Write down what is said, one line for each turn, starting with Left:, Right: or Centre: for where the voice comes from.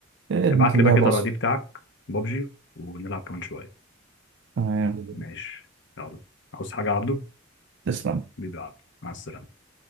Right: إيه
Left: ابعت
Right: خدمه اللعبه
Left: لي بقى كده
Right: اصلا
Left: الرادي بتاعك بابجي ونلعب كمان شوية
Right: تمام
Left: ماشي يلا عاوز حاجة يا عبده
Right: تسلم
Left: بيبقى عبده مع السلامة